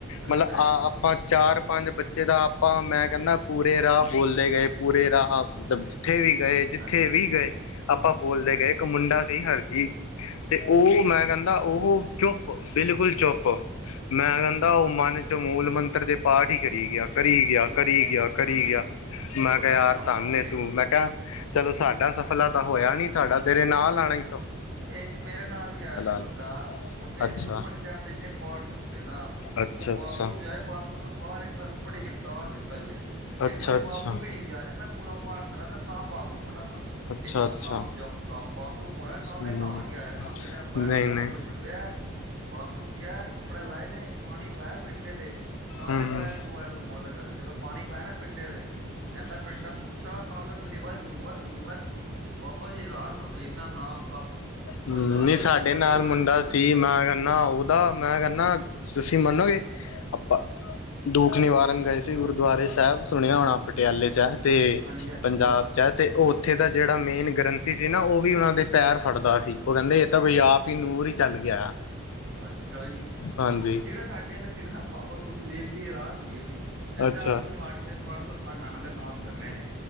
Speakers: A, on the right; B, on the left.
A: ਅੱਛਾ
B: ਮਤਲਬ
A: ਜੀ
B: ਆ ਆਪਾਂ ਚਾਰ, ਪੰਜ ਬੱਚੇ ਦਾ ਆਪਾਂ ਮੈਂ ਕਹਿੰਨਾ, ਪੂਰੇ ਰਾਹ ਬੋਲਦੇ ਗਏ, ਪੂਰੇ ਰਾਹ ਆਪ,
A: ਹਾਂਜੀ
B: ਮਤਲਬ ਜਿੱਥੇ ਵੀ ਗਏ, ਜਿੱਥੇ
A: ਹਾਂਜੀ
B: ਵੀ
A: ਹਾਂਜੀ
B: ਗਏ ਆਪਾਂ ਬੋਲਦੇ ਗਏ ਇੱਕ ਮੁੰਡਾ ਸੀ, ਹਰਜੀ, ਤੇ ਉਹ ਮੈਂ ਕਹਿੰਦਾ ਦਾ, ਉਹ ਚੁੱਪ, ਬਿਲਕੁਲ ਚੁੱਪ, ਮੈਂ ਕਹਿੰਦਾ ਉਹ ਮਨ ਚ ਮੂਲ ਮੰਤਰ ਮੰਤਰ, ਦੇ ਪਾਠ ਹੀ ਕਰੀ ਗਿਆ, ਕਰੀ ਗਿਆ, ਕਰੀ ਗਿਆ। ਕਰੀ
A: ਹਾਂਜੀ
B: ਗਿਆ, ਮੈਂ
A: ਬੜਾ
B: ਕਿਹਾ, ਯਾਰ
A: ਨਾਮ
B: ਧੰਨ
A: ਤਾਪਸੀ
B: ਹੈ ਤੂੰ ਮੈਂ ਕਿਹਾ ਚਲੋ, ਸਾਡਾ ਸਫਲਾ ਤਾਂ ਹੋਇਆ ਨੀ, ਸਾਡਾ ਤੇਰੇ ਨਾਲ ਆਉਣਾ ਈ
A: ਇਕ ਮੇਰੇ ਨਾਲ ਵੀ ਆਇਆ ਸੀ ਮੁੰਡਾ,
B: ਲਿਆ
A: ਉਹਨੇ
B: ਅੱਛਾ
A: ਸੁਖਮਨੀ ਸਾਹਿਬ ਦੇ ਇੰਨੇ ਪਾਠ ਕੀਤੇ ਨਾ।
B: ਅੱਛਾ
A: ਓ ਬਾਥਰੂਮ
B: ਅੱਛਾ
A: ਜਾਏ ਬ ਬਾਥਰੂਮ ਤੋਂ ਬਾਹਰ ਇੱਕ ਅਸ ਭੜ੍ਹ ਨ ਪਹਿਲੇ
B: ਅੱਛਾ
A: ਇੱਕ ਵਾਰੀ
B: ਅੱਛਾ
A: ਬਾਥਰੂਮ ਵੀ ਨੀ ਗਿਆ। ਕੇਦਾਂ ਪੂਰਾ ਪਾਠ ਕਰ ਤਾਂ ਬਾਥਰੂਮ ਵਢਾਂਗਾ
B: ਅੱਛਾ
A: ਇੰਨਾ
B: ਅੱਛਾ
A: ਨਾਮ ਜਪ-ਤਪ ਬਾਥਰੂਮ ਹੋਇਆ ਨਾਂਅ
B: ਹਮ
A: ਕੇ ਆਇਆ ਨਾਂਦੇ ਦੇ ਟੈਮ ਵਾਹਿਗੁਰੂ-ਵਾਹਿਗੁਰੂ
B: ਨਹੀਂ ਨਹੀਂ
A: ਜੱਪਿਆ ਬਾਥਰੂਮ ਗਿਆ ਕੱਪੜੇ ਲਾਏ ਨੇ ਪਾਣੀ ਪਾਇਆ ਪਿੰਡੇ ਤੇ ਨਾਲੇ
B: ਹਮ
A: ਪਾਇਆ ਗੁਰੂ ਵਾਹਿਗੁਰੂ ਬੋਲਿਆ ਕਰਦੇ ਜਦੋਂ ਪਾਣੀ ਪਾਇਆ ਨਾ ਪਿੰਡੇ ਦੇ ਕਹਿੰਦਾ ਪਿੰਡਾਂ ਸੁੱਚਾ ਨਾਲ ਅੰਦਰ ਈ ਵਾਹਿਗੁਰੂ-ਵਾਹਿਗੁਰੂ-ਵਾਹਿਗੁਰੂ ਬਾਬਾ ਜੀ ਰਾਹ ਨੂੰ ਹੋ ਜ ਇਹਨਾ ਨਾਮ ਤਪ ਕੋਈ
B: ਹੂੰ,
A: ਗੱਲ
B: ਨਈ
A: ਹੋਏ
B: ਸਾਡੇ
A: ਹਾਂਜੀ
B: ਨਾਲ
A: ਵਾਹਿਗੁਰੂ
B: ਮੁੰਡਾ ਸੀ ਮਾਂ ਨਾ ਓਦਾ ਮੈਂ ਕਹਿੰਦਾ ਤੁਸੀਂ ਮੰਨੋਗੇ ਆਪਾਂ ਦੁਖ ਨਿਵਾਰਨ ਗਏ ਸੀ ਗੁਰਦੁਆਰੇ ਸਾਹਿਬ ਸੁਣਿਆ ਹੋਣਾ ਪਟਿਆਲੇ ਚ ਅਤੇ
A: ਹਾਂਜੀ ਹਾਂਜੀ
B: ਪੰਜਾਬ
A: ਥੋੜ੍ਹਾ ਬਹੁਤਾ
B: 'ਚ
A: ਸੁਣਿਆ
B: ਹੈ ਅਤੇ ਉਹ ਉੱਥੇ ਦਾ ਜਿਹੜਾ ਮੇਨ ਗ੍ਰੰਥੀ ਸੀ ਨਾ, ਓ ਵੀ ਓਨਾਂ ਦੇ ਪੈਰ ਫੜਦਾ ਸੀ ਉਹ ਕਹਿੰਦੇ ਇਹ ਤਾਂ ਕੋਈ ਆਪ ਹੀ ਨੂਰ ਹੀ ਚੱਲ ਗਿਆ
A: ਅੱਛਾ ਜੀ!
B: ਹਾਂਜੀ
A: ਜਿਹੜਾ ਸਾਡੇ ਸੀ ਨਾ ਬਾਬਾ ਸੁਖਦੇਵ ਜੀ ਹਰਾਨ ਹੋ ਗਏ ਸੀ ਕਹਿੰਦਾ
B: ਅੱਛਾ
A: ਅੱਠ ਸੌ ਅਠਾਹਠ ਚ ਪੰਜ ਸੌ ਫੰਡ ਆਣਾ ਦੇ ਨਾਮ ਕਰਨੇ ਨੇ